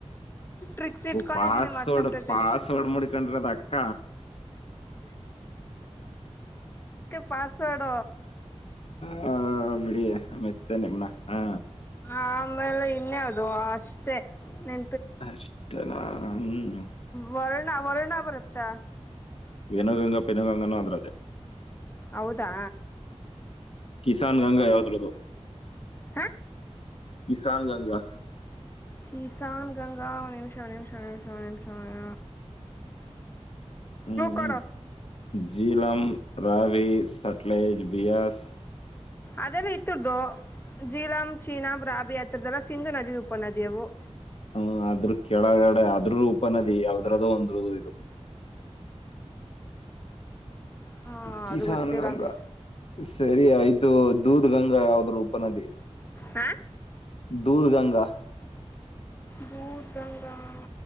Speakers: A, on the left; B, on the left.
A: ಟ್ರಿಕ್ಸ್ ಇಟ್ಕೊಂಡಿದ್ದೀನಿ
B: ಓ ಪಾಸ್ವರ್ಡ್
A: ಮರ್ತಾಬಿಟ್ಟೈತೆ
B: ಪಾಸ್ವರ್ಡ್ ಮುಡಕೊಂಡ್ರ ಅದ ಅಕ್ಕ
A: ಪಾಸ್ವಡ
B: ಹ ಬಿಡಿ ಮೆತ್ತ ನಿಮನ ಹಾ
A: ಆಮೇಲೆ ಇನ್ನೇ ಹದು ಅಷ್ಟೇ ನಿ
B: ಅತನ ಹ
A: ವರ್ಣ ವರ್ಣಾಪರತ್ತ
B: ಪಿನಗಂಗಾ ಪಿನಗಂಗನ ಅದ್ರದ
A: ಹೌದಾ
B: ಕಿಸಾನ್ ಗಂಗಾ ಯಾವ್ದ್ರದ್ದದು
A: ಹಾ
B: ಕಿಸಾನ ಗಂಗಾ
A: ಕೀಿಸನ್ ಗಂಗಾ ನಿಮಷಾನ ನಿಮಿಷಾನ ನಿಮಿಷ ನಿಮಷಾನ
B: ಹ್ಮ್
A: ಕೊಡು
B: ಜಿಲ್ಲಾಮ ರವಿ ಸಟ್ಲೇಜ್ ಬಿಯಾಸ್
A: ಅದೆಲ್ಲ ಇತ್ತರದದುು ಜೀಲಂ ಚೀನಾಂ ರಾಬಿ ಅತ್ತರದ್ದೆಲ್ಲಾ ಸಿಂಧು ನದಿ ಉಪನದಿಯವು
B: ಹ್ಮ ಆದ್ರೂ ಕೆಳಗಡೆ ಆದದ್ರ ಉಪನದಿ ಯಾವದ್ರದದು ಒಂದ್ರದು ಇದು
A: ಹಾ
B: ಕಿಸಾನ
A: ಅದು ಗೊತ್ತಿಲ್ಲ
B: ಗಂಗ
A: ಹಂಗೆ
B: ಸರಿ ಆಐದು ಇದು ದೂದ್ ಗಂಗಾ ಯಾವ್ದ್ರೂ ಉಪನದಿ
A: ಹ
B: ದೂಧ ಗಂಗಾ
A: ಬದ ರಂಗ ರಾಮ್